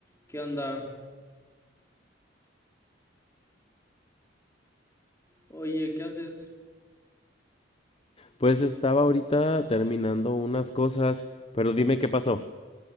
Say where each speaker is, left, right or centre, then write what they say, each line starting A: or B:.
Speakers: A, on the left; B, on the left.
A: ¿Qué onda? Oye, ¿qué haces?
B: Pues estaba ahorita terminando unas cosas, pero dime qué pasó.